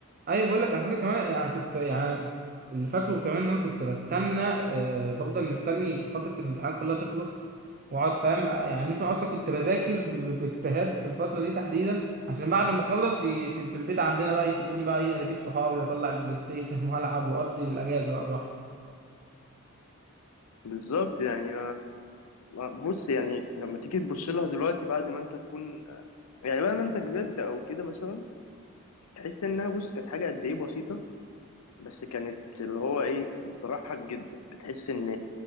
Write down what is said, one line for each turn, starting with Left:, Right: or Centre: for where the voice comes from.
Right: ايوه بقول لك انا فاكر كمان يعني كنت يعني اللي فاكره كمان ان انا كنت بستنى آه بفضل مستني فتره الامتحان كلها تخلص واقعد فاهم آه، يعني ممكن اصلا كنت بذاكر ب- ب- باجتهاد في الفتره دي تحديدا عشان بعد ما اخلص ي- في في البيت عندنا بقى يسيبوني بقى ايه اجيب صحابي واطلع البلاي ستيشن <laughs> والعب واقضي الاجازه بقى براحتي
Left: بالظبط يعني بص يعني لما تيجي تبص لها دلوقتي بعد ما انت تكون يعني بعد ما انت كبرت او كده مثلا تحس انها بص كانت حاجه قد ايه بسيطه بس كانت اللي هو ايه بتفرحك جدا بتحس ان